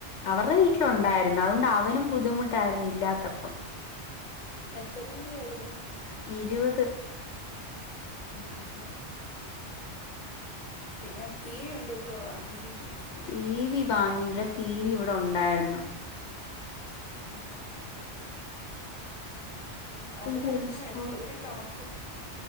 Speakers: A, on the left (about 80°); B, on the left (about 30°).
A: അവർടെ വീട്ടിലുണ്ടായിര്ന്നു അഓണ്ട് വനും ബുദ്ധിമുട്ടായിര്ന്നു ഇല്ലാത്തപ്പം.
B: എത്ര രൂപയേര്ന്നു
A: ഇരുവത്.
B: ആഹ ഹാ. പിന്നെ ടിവിയുണ്ട് ഇപ്പോ ആ ടി വി മേടിച്ചു
A: ടി വി വാങ്ങീല. ടി വി ഇവടെ ഉണ്ടായിര്ന്ന്‌.
B: ആഹ ഹ. അവിടെ
A: അയ്യോ, റിസ്കോ.
B: പിന്നെ എവിടെട്ടൊണക്കും?